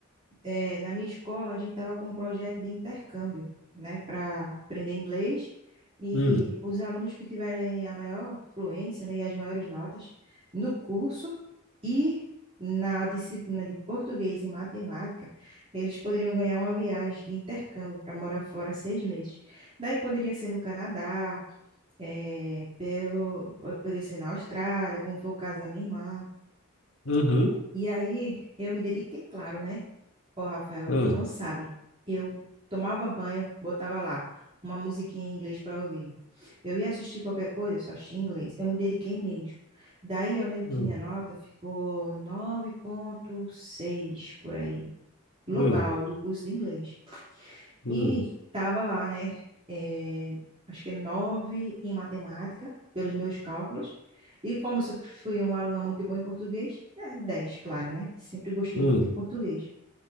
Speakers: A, on the right (about 30°); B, on the left (about 70°).
A: eh, na minha escola, a gente estava com um projeto de intercâmbio, né, para aprender inglês. E
B: hum,
A: os alunos que tiverem a maior fluência, né, e as maiores notas no curso e na disciplina de português e matemática, eles poderiam ganhar uma viagem de intercâmbio para morar fora seis meses. Daí poderia ser no Canadá, eh, pelo, poderia ser na Austrália, como foi o caso da minha irmã.
B: uhum,
A: E aí eu me dediquei, claro, né? Ó, Rafael,
B: hum,
A: tu não sabe. Eu tomava banho, botava lá uma musiquinha em inglês para ouvir. Eu ia assistir qualquer coisa, só assistia em inglês. Eu me dediquei mesmo. Daí eu lembro que
B: hum,
A: minha nota ficou nove vírgula seis por aí, global,
B: hum,
A: do curso de inglês.
B: hum,
A: E estava lá, né? eh, acho que era nove em matemática, pelos meus cálculos. E como eu sempre fui uma aluna muito boa em português, é, dez, claro, né? Sempre gostei
B: hum,
A: muito de português.